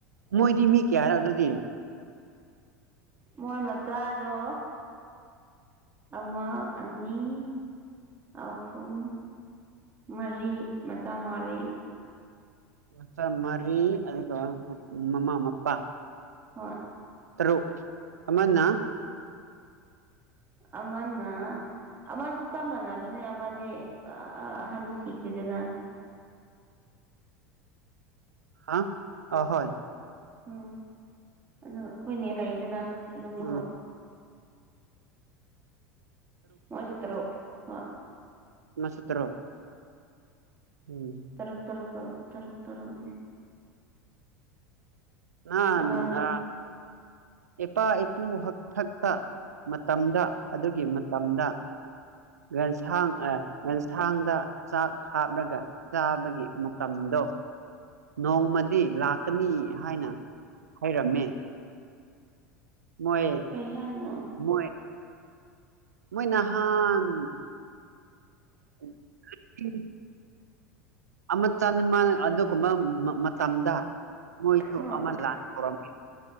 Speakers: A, on the right; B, on the right.
A: ꯃꯣꯏꯗꯤ ꯃꯤ ꯀꯌꯥꯔꯥ ꯑꯗꯨꯗꯤ
B: ꯃꯣꯏ ꯃꯆꯥꯗꯨ ꯑꯃ ꯑꯅꯤ ꯑꯍꯨꯝ ꯃꯔꯤ ꯃꯆꯥ ꯃꯔꯤ
A: ꯃꯆꯥ ꯃꯔꯤ ꯑꯗꯨ ꯃꯃꯥ ꯃꯄꯥꯥ
B: ꯍꯣꯏ
A: ꯇꯔꯨꯛ ꯑꯃꯅꯥ
B: ꯑꯃꯅꯥ ꯑꯃꯗꯨ ꯆꯞ ꯃꯅꯕꯅꯦ ꯑꯃꯗꯤ ꯑ ꯑꯍꯟꯗꯨ ꯁꯤꯈ꯭ꯔꯦꯗꯅꯥ
A: ꯍꯥ ꯑ ꯍꯣꯏ
B: ꯎꯝ ꯑꯗꯨ ꯑꯩꯈꯣꯏ ꯅꯦ ꯂꯩꯗꯅ ꯑꯗꯨꯝ ꯃꯍꯨꯠ
A: ꯎꯝ
B: ꯃꯁꯨ ꯇꯔꯨꯛ ꯍꯣꯏ
A: ꯃꯁꯨ ꯇꯔꯨꯛ ꯎꯝ
B: ꯇꯔꯨꯛ ꯇꯔꯨꯛ ꯇꯣ ꯇꯔꯨꯛ ꯇꯔꯨꯛꯅꯦ
A: ꯅꯥꯟꯔ
B: ꯑꯉꯥꯡꯁꯤꯡ
A: ꯏꯄꯥ ꯏꯄꯨ ꯍꯥꯛꯊꯛꯇ ꯃꯇꯝꯗ ꯑꯗꯨꯒꯤ ꯃꯇꯝꯗ ꯔꯦꯟꯁꯥꯡ ꯑꯦ ꯑꯦꯟꯁꯥꯡꯗ ꯆꯥꯛ ꯍꯥꯞꯂꯒ ꯆꯥꯕꯒꯤ ꯃꯇꯝꯅꯤ ꯑꯗꯣ ꯅꯣꯡꯃꯗꯤ ꯂꯥꯛꯀꯅꯤ ꯍꯥꯏꯅ ꯍꯥꯏꯔꯝꯃꯦ ꯃꯣꯏ
B: ꯀꯩ ꯍꯥꯏꯅꯣ
A: ꯃꯣꯏ ꯃꯣꯏ ꯅꯍꯥꯟ ꯎ <unintelligible> ꯑꯃ ꯆꯅꯤꯃꯥꯟ ꯑꯗꯨꯒꯨꯝꯕ ꯃꯇꯝꯗ ꯃꯣꯏꯁꯨ
B: ꯍꯣꯏ
A: ꯑꯃ ꯂꯥꯛ ꯇꯣꯔꯃꯦ